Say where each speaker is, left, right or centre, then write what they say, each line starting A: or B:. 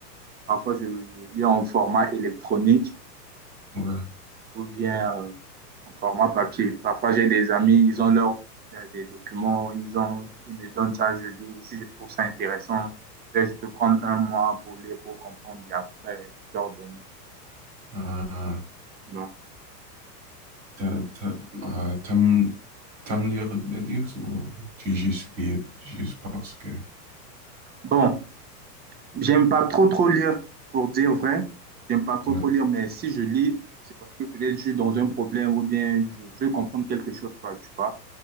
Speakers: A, on the right (about 20°); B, on the right (about 85°).
A: Parfois, je, je lis en format électronique.
B: Ouais.
A: ou bien euh, en format papier. Parfois, j'ai des amis, ils ont leurs euh, des documents, ils ont, ils me donnent ça, je lis. Si je trouve ça intéressant, ben, je peux prendre un mois pour lire, pour comprendre et après leur donner.
B: Euh,
A: Donc,
B: t'as, t'as, euh, t'aimes, t'aimes lire des livres ou tu juste lis juste parce que
A: bon, j'aime pas trop trop lire, pour dire vrai. J'aime pas trop
B: ouais.
A: trop lire, mais si je lis, c'est parce que peut-être je suis dans un problème ou bien je veux comprendre quelque chose, quoi, tu vois.